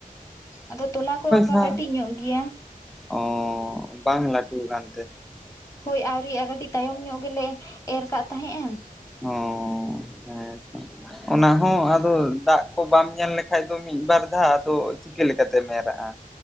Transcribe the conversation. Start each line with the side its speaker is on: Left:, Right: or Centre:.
Left: ᱟᱫᱚ ᱛᱚᱞᱟ ᱠᱚ ᱚᱱᱠᱟ
Centre: ᱦᱟᱸᱜ
Left: ᱠᱟᱹᱴᱤᱡ ᱧᱚᱜ ᱜᱮᱭᱟ
Centre: ᱚ ᱵᱟᱝ ᱞᱟᱹᱴᱩ ᱟᱠᱟᱱ ᱛᱮ
Left: ᱦᱳᱭ ᱟᱹᱣᱨᱤᱭᱟᱜᱼᱟ ᱠᱟᱹᱴᱤᱡ ᱛᱟᱭᱚᱢ ᱧᱚᱜ ᱜᱮᱞᱮ ᱮᱨ ᱠᱟᱜ ᱛᱟᱦᱮᱸᱜᱼᱟ
Centre: ᱚ ᱦᱮᱸᱛᱚ ᱚᱱᱟ ᱦᱚᱸ ᱟᱫᱚ ᱫᱟᱜ ᱠᱚ ᱵᱟᱢ ᱧᱮᱞ ᱞᱮᱠᱷᱟᱡ ᱫᱚ ᱢᱤᱫ ᱵᱟᱨ ᱫᱷᱟᱣ ᱟᱫᱚ ᱪᱤᱠᱟᱹ ᱞᱮᱠᱟ ᱛᱮᱢ ᱮᱨᱟᱜᱼᱟ